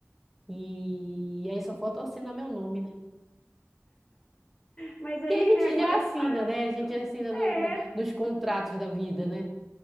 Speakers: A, in the centre; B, on the left (about 20°).
A: e aí só falta eu assinar meu nome, né?
B: mas aí,
A: Que a gente
B: né, agora
A: já
B: é
A: assina,
B: fácil.
A: né? A gente assina
B: É,
A: no- no- nos contratos da vida, né?